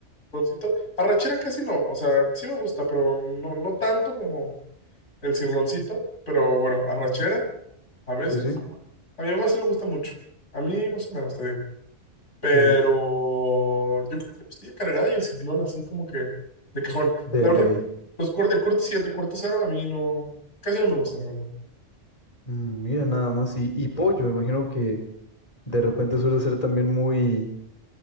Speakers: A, on the left; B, on the left.
A: Cirloncito. Arrachera casi no, o sea, sí me gusta, pero no, no tanto como el cirloncito, pero bueno, arrachera a veces.
B: sí, sí,
A: A mi mamá sí le gusta mucho, a mí más o menos, te digo. Pero
B: sí, sí.
A: yo creo que la costilla cargada y el cirlón así como que de cajón.
B: De
A: La verdad,
B: ley.
A: los cor- el corte 7 corte cero a mí no, casi no me gusta, la verdad.
B: Mm, Mira nada más. Y, y pollo, me imagino que de repente suele ser también muy